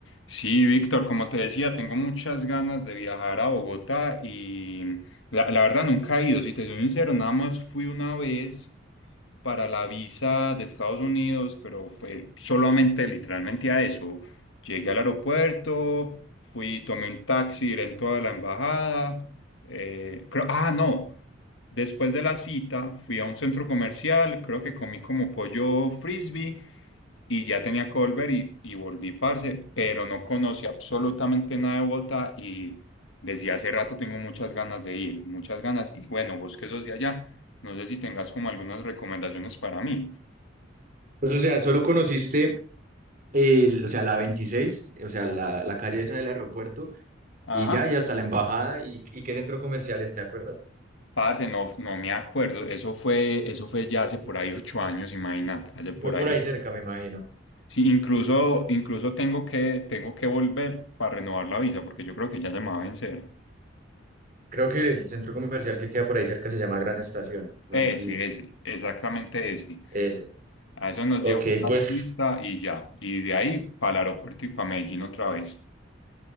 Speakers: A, on the left; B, on the right.
A: Sí, Víctor, como te decía, tengo muchas ganas de viajar a Bogotá y la, la verdad nunca he ido, si te soy sincero, nada más fui una vez para la visa de Estados Unidos, pero fue solamente literalmente a eso. Llegué al aeropuerto, fui, tomé un taxi directo a la embajada. eh, creo- ah, no, después de la cita fui a un centro comercial, creo que comí como pollo frisbee y ya tenía que volver y, y volví, parce, pero no conocí absolutamente nada de Bogotá y desde hace rato tengo muchas ganas de ir, muchas ganas. Y bueno, vos que sos de allá, no sé si tengas como algunas recomendaciones para mí.
B: Pues, o sea, solo conociste el, o sea, la 26 o sea, la, la calle esa del aeropuerto,
A: Ajá.
B: y ya, y hasta la embajada, y, y qué centro comercial es, ¿te acuerdas?
A: Parce, no, no me acuerdo, eso fue, eso fue ya hace por ahí ocho años, imagínate, hace
B: Y
A: por
B: fue por
A: ahí
B: ahí
A: ocho.
B: cerca, me imagino.
A: Sí, incluso, incluso tengo que, tengo que volver para renovar la visa, porque yo creo que ya se me va a vencer.
B: Creo que el centro comercial que queda por ahí cerca se llama Gran Estación. No
A: Ese,
B: sé si
A: ese, exactamente ese.
B: ese.
A: A eso nos
B: Ok,
A: llevó un taxista
B: pues,
A: y ya. Y de ahí para el aeropuerto y para Medellín otra vez.